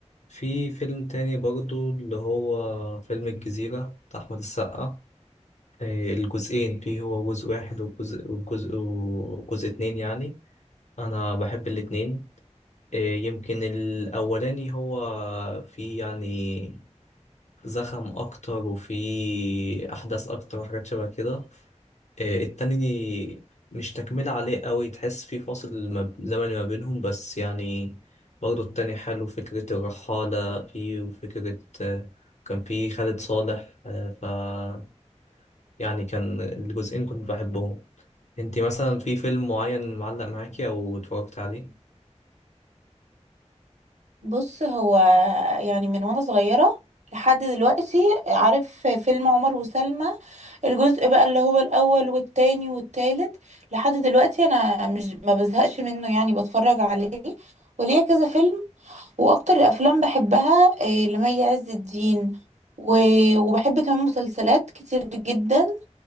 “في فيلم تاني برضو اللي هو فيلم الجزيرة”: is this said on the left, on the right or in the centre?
Left